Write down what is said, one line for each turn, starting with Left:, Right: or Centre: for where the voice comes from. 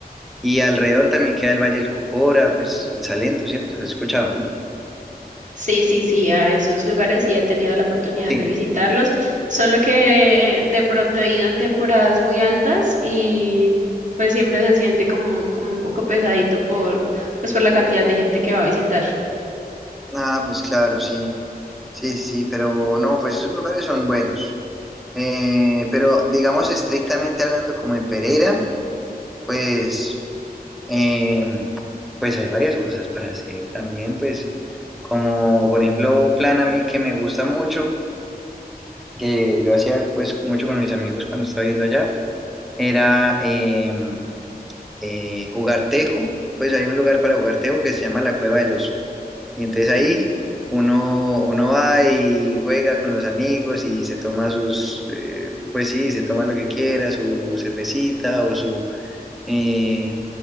Centre: Y alrededor también queda el Valle del Cocora, pues el Salento, ¿cierto? ¿Has escuchado, no?
Right: Sí, sí, sí, a esos lugares sí he tenido la oportunidad
Centre: Sí.
Right: de visitarlos, solo que de pronto he ido en temporadas muy altas y pues siempre se siente como, como un poco pesadito por, pues por la cantidad de gente que va a visitar.
Centre: Ah, pues claro, sí. Sí, sí, sí, pero no, pues esos lugares son buenos. Eh, pero digamos estrictamente hablando como en Pereira, pues, eh, pues hay varias cosas para hacer también, pues como por ejemplo un plan a mí que me gusta mucho, que yo hacía pues mucho con mis amigos cuando estaba viviendo allá, era eh, eh, jugar tejo, pues hay un lugar para jugar tejo que se llama la Cueva del Oso. Y entonces ahí uno, uno va y juega con los amigos y se toma sus, eh, pues sí, se toma lo que quiera, su cervecita o su, eh,